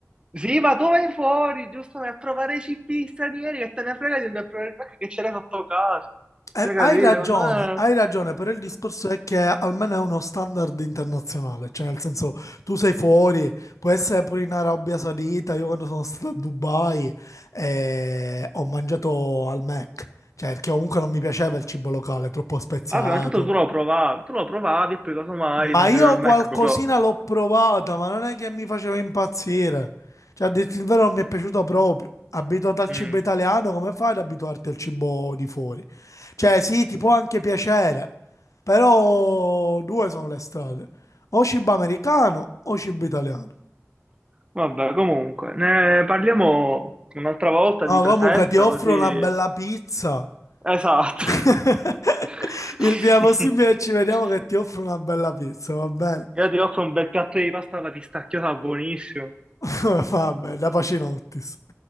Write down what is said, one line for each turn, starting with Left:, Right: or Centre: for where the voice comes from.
Right: Sì, ma tu vai fuori, giusto? Vai a provare i cibi stranieri che te ne frega di andare a provare il Mac che ce l'hai sotto casa.
Left: Eh,
Right: Hai capito?
Left: hai ragione,
Right: Secondo me...
Left: hai ragione, però il discorso è che almeno è uno standard internazionale, cioè nel senso tu sei fuori, può essere pure in Arabia Saudita, io quando sono stato a Dubai eh, ho mangiato al Mac, cioè perché comunque non mi piaceva il cibo locale, troppo speziato.
Right: Vabbè, ma intanto tu lo provavi, tu lo provavi e poi casomai
Left: Ma
Right: mangiavi
Left: io
Right: al
Left: qualcosina
Right: Mac proprio...
Left: l'ho provata, ma non è che mi faceva impazzire. Cioè, a dirti il vero, non mi è piaciuto proprio. Abituato al
Right: mm.
Left: cibo italiano, come fai ad abituarti al cibo di fuori? Cioè, sì, ti può anche piacere, però due sono le strade. O cibo americano o cibo italiano.
Right: Vabbè, comunque, ne parliamo un'altra volta
Left: No,
Right: di presenza,
Left: comunque ti offro
Right: così...
Left: una bella pizza.
Right: Esatto.
Left: <laughs>
Right: <laughs>
Left: Il prima possibile ci vediamo che ti offro una bella pizza, va bene?
Right: Io ti offro un bel piatto di pasta alla pistacchiata buonissimo.
Left: <laughs> Vabbè, da Pacinottis.